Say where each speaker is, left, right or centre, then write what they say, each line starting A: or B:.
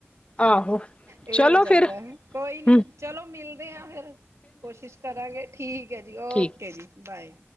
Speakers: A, on the left; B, on the right.
A: ਆਹੋ।
B: ਇਹ
A: ਚਲੋ
B: ਹੋ ਜਾਂਦਾ
A: ਫਿਰ
B: ਹੈ। ਕੋਈ ਨੀ,
A: ਹਮ
B: ਚਲੋ ਮਿਲਦੇ ਹਾਂ ਫਿਰ ਕੋਸ਼ਿਸ਼ ਕਰਾਂਗੇ ਠੀਕ ਹੈ ਜੀ, ਓਕੇ।
A: ਠੀਕ
B: ਓਕੇ ਜੀ। ਬਾਏ।